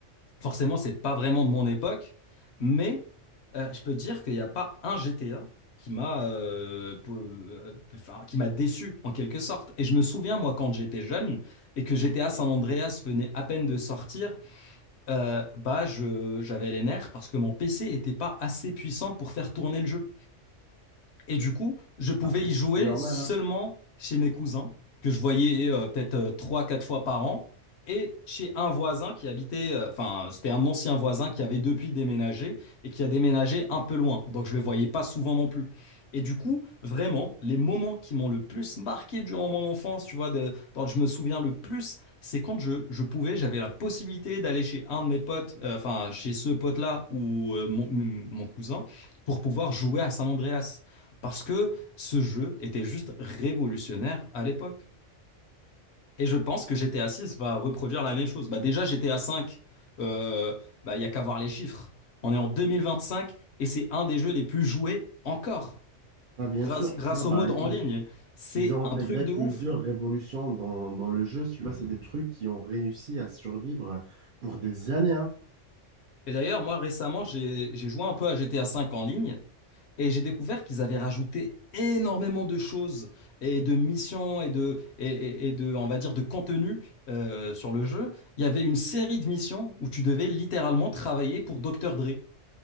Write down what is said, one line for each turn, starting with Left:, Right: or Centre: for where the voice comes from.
Left: forcément, c'est pas vraiment de mon époque, mais euh, je peux dire qu'il n'y a pas un GTA qui m'a euh, peu- euh, peu- enfin, qui m'a déçu en quelque sorte. Et je me souviens, moi, quand j'étais jeune et que GTA San Andreas venait à peine de sortir, euh, bah, je, j'avais les nerfs parce que mon PC était pas assez puissant pour faire tourner le jeu. Et du coup, je pouvais
Right: Après,
Left: y
Right: ça,
Left: jouer
Right: c'est normal,
Left: seulement
Right: hein.
Left: chez mes cousins, que je voyais euh, peut-être euh, trois, quatre fois par an, et chez un voisin qui habitait, euh, enfin, c'était un ancien voisin qui avait depuis déménagé et qui a déménagé un peu loin. Donc, je le voyais pas souvent non plus. Et du coup, vraiment, les moments qui m'ont le plus marqué durant mon enfance, tu vois, de, dont je me souviens le plus, c'est quand je, je pouvais, j'avais la possibilité d'aller chez un de mes potes, euh, enfin, chez ce pote-là ou euh, mon, mon cousin, pour pouvoir jouer à San Andreas. Parce que ce jeu était juste révolutionnaire à l'époque. Et je pense que GTA 6 va reproduire la même chose. Bah déjà, GTA 5, il bah, il y a qu'à voir les chiffres. On est en 2025 et c'est un des jeux les plus joués encore,
Right: Bah, bien
Left: grâce,
Right: sûr,
Left: grâce
Right: tu vois,
Left: au
Right: bah,
Left: mode en ligne. C'est
Right: Ils ont
Left: un
Right: intégré
Left: truc de
Right: plusieurs
Left: ouf.
Right: révolutions dans, dans le jeu. si Tu vois, c'est des trucs qui ont réussi à survivre pour des années, hein.
Left: Et d'ailleurs, moi récemment, j'ai j'ai joué un peu à GTA 5 en ligne Et j'ai découvert qu'ils avaient rajouté énormément de choses et de missions et de, et, et- et de, on va dire, de contenu euh, sur le jeu. Il y avait une série de missions où tu devais littéralement travailler pour Docteur Dre.